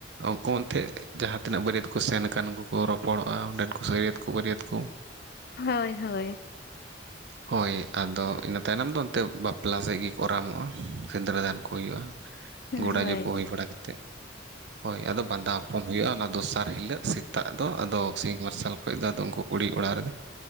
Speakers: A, on the right; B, on the left.
A: ᱩᱱᱠᱩ ᱚᱱᱛᱮ ᱡᱟᱦᱟᱸ ᱛᱤᱱᱟᱹᱜ ᱵᱟᱹᱨᱭᱟᱹᱛ ᱠᱩ ᱥᱮᱱ ᱠᱟᱱ ᱩᱱᱠᱩ ᱠᱚ ᱨᱚᱯᱚᱲᱚᱜ-ᱟ, ᱚᱸᱰᱮᱱ ᱠᱚ ᱥᱟᱹᱨᱭᱟᱹᱛ ᱠᱩ ᱵᱟᱹᱨᱭᱟᱹᱛ ᱠᱩ
B: ᱦᱳᱭ ᱦᱳᱭ
A: ᱦᱚᱭ, ᱟᱫᱚ ᱤᱱᱟᱹ ᱛᱟᱭᱱᱚᱢ ᱫᱚ ᱚᱱᱛᱮ ᱵᱟᱯᱞᱟ ᱥᱮᱜ ᱜᱤ ᱠᱚ ᱨᱟᱢᱚᱜ-ᱟ ᱥᱤᱸᱫᱽᱨᱟᱹ ᱫᱷᱟᱱ ᱠᱚ ᱦᱩᱭᱩᱜ-ᱟ᱾
B: ᱦᱳᱭ
A: ᱜᱚᱰᱟ ᱡᱚᱠᱚ ᱦᱩᱭ ᱵᱟᱲᱟ ᱠᱟᱛᱮᱜ᱾ ᱦᱳᱭ, ᱟᱫᱚ ᱵᱟᱸᱫᱟ ᱯᱚᱱ ᱦᱩᱭᱩᱜ-ᱟ, ᱚᱱᱟ ᱫᱚᱥᱟᱨ ᱦᱤᱞᱟᱹᱜ ᱥᱤ ᱛᱟᱜ ᱫᱚ ᱟᱫᱚ ᱥᱤᱧ ᱢᱟᱨᱥᱟᱞ ᱠᱷᱚᱡ ᱫᱚ ᱟᱫᱚ ᱩᱱᱠᱩ ᱠᱩᱲᱤ ᱚᱲᱟᱜ ᱨᱮ